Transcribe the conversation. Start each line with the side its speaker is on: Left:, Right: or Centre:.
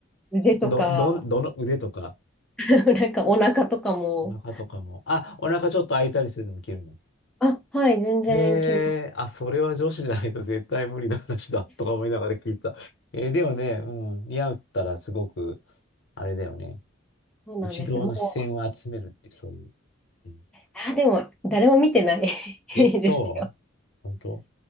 Centre: 腕とか、
Left: ど、どん、どの腕とか、
Centre: <laughs> なんか、お腹とかも、
Left: お腹とかも。あ、お腹ちょっと開いたりするのも着るの
Centre: あ、はい、全然着ます。
Left: ええあ、それは女子じゃないと絶対無理な話だとか思いながら聞いてた。えーでもね、うん、似合ったらすごく、あれだよね。
Centre: そうなんですよ。
Left: 一同の視線を集めるって、
Centre: もう、
Left: そういう。うん
Centre: あ、でも、誰も見てない <laughs>
Left: え、そう本当
Centre: ですよ。